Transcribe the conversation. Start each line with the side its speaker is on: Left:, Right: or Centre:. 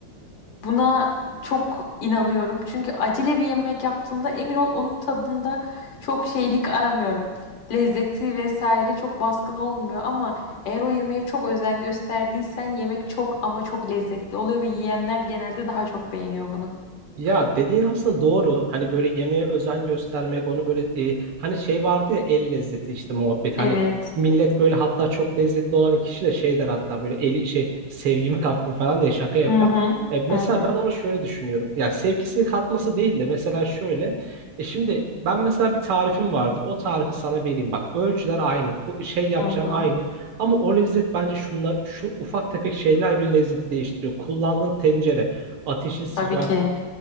Left: Buna çok inanıyorum. Çünkü acele bir yemek yaptığımda emin ol onun tadında çok şeylik aramıyorum. Lezzeti vesaire çok baskın olmuyor ama eğer o yemeğe çok özen gösterdiysen yemek çok ama çok lezzetli oluyor ve yiyenler genelde daha çok beğeniyor bunu.
Right: Ya dediğin aslında doğru. Hani böyle yemeğe özen göstermek, onu böyle e, hani şey vardı ya el lezzeti işte muhabbet.
Left: Evet.
Right: Hani Evet. millet böyle hatta çok lezzetli olan kişi de şey der hatta böyle eli şey sevgimi kattım falan diye şaka yapar.
Left: Hı hı.
Right: E, mesela
Left: Hı hı.
Right: ben onu şöyle düşünüyorum. Ya sevgisini katması değil de mesela şöyle. E şimdi ben mesela bir tarifim vardır. O tarifi sana vereyim. Bak ölçüler aynı, ku- şey yapacağın
Left: Hı hı.
Right: aynı. Ama o lezzet bence şunlar, şu ufak tefek şeyler bile lezzeti değiştiriyor. Kullandığın tencere ateşin sıcaklığı,
Left: Tabii ki.